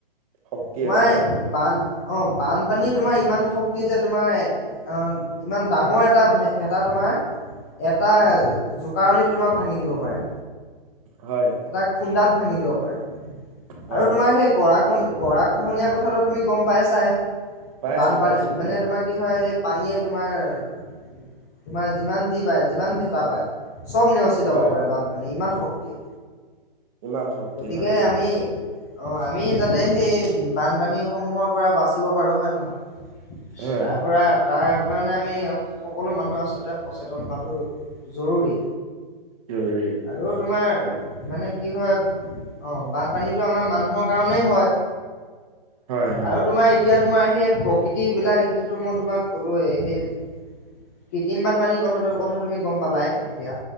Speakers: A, on the right; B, on the left.
A: শক্তি
B: তোমাৰ
A: আছে হয়
B: বান- অ বানপানী তোমাৰ ইমান শক্তি যে তোমাৰ অ- ইমান ডাঙৰ এটা ভে ভেটা তোমাৰ- এটা জোকাৰণিত তোমাৰ ভাঙি দিব পাৰে।
A: হয়।
B: এটা খুন্দাত ভাঙি দিব পাৰে।
A: হয়
B: আৰু তোমাৰ
A: হয়
B: সেই গৰা গৰাক- খোহনীয়া কথাটো তুমি গম পাইছাই।
A: পাইছো
B: বানপানী
A: পাইছো
B: মানে
A: হয়
B: তোমাক- কি হয় সেই পানীয়ে তোমাৰ তোমাৰ যিমান যি পায় যিমান ভেতা পায়- সব নেওচি যাব
A: হয়
B: পাৰে বানপানীয়ে, ইমান শক্তি।
A: ইমান শক্তি
B: গতিকে
A: হয়
B: আমি- অ আমি যাতে সেই বানপানী সমূহৰ পৰা বাছি- থাকিব পাৰোঁ হয় নে নহয়?
A: হয়
B: তাৰ পৰা তাৰ- সেইকাৰণে আমি সকলো মানুহে আচলতে সচেতন হোৱাতো- জৰুৰী।
A: জৰুৰী
B: আৰু তোমাৰ
A: হয়
B: মানে- কি হয়? অঁ বানপানীটো আমাৰ মানুহৰ কাৰণেই হয়।
A: হয় হয়
B: আৰু তোমাৰ এতিয়া তোমাৰ সেই প্ৰকৃতি বিলাক সেইটোতো মই তোমাক ক'লোয়ে। সেই কৃত্ৰিম বানপানীৰ কথাটো কথা তুমি গম পালাই এতিয়া?